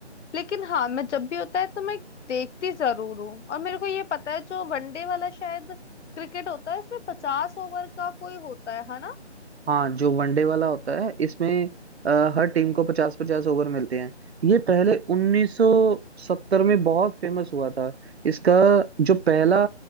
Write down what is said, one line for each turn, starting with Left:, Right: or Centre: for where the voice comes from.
Left: लेकिन हाँ मैं जब भी होता है तो मैं देखती जरूर हूँ और मेरे को ये पता है जो वनडे वाला शायद क्रिकेट होता है इसमें पचास ओवर का कोई होता है है ना
Right: हाँ जो वनडे वाला होता है इसमें अ, हर टीम को पचास पचास ओवर मिलते हैं ये पहले 1970 में बहुत फेमस हुआ था इसका जो पहला